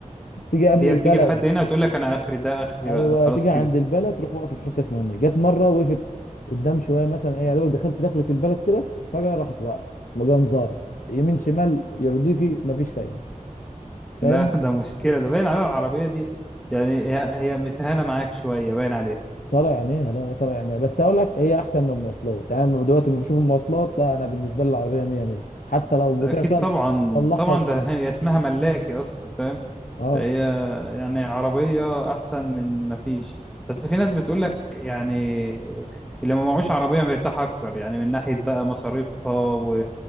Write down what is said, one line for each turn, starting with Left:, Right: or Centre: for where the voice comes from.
Left: تيجي قبل
Centre: هي
Left: البلد
Centre: بتيجي لحد هنا تقول لك أنا آخري ده آخري
Left: ايوه
Centre: بقى خلاص
Left: تيجي عند
Centre: كده
Left: البلد تروح واقفه في حته فلانيه جت مره وقفت قدام شويه مثلا ايه يا دوبك دخلت دخلة البلد كده فجاه راحت واقفه مجنزاره يمين شمال يرضيكي مفيش فايده فاهم
Centre: لا <laughs> ده مشكلة ده باين عليها العربية دي يعني هي هي متهانة معاك شوية باين عليها
Left: طالع عينيها لا لا طالع عينيها بس اقول لك هي احسن من المواصلات يعني انا دلوقتي لما بشوف المواصلات لا انا بالنسبه لي العربيه 100 100 حتى لو
Centre: ده
Left: بتعطل
Centre: أكيد طبعا
Left: طلعها
Centre: طبعا
Left: وخلاص
Centre: ده <laughs> هي اسمها ملاكي أصلا فاهم
Left: اه
Centre: فهي يعني عربية أحسن من ما فيش بس في ناس بتقول لك يعني اللي ما معهوش عربية مرتاح أكتر يعني من ناحية بقى مصاريفها و...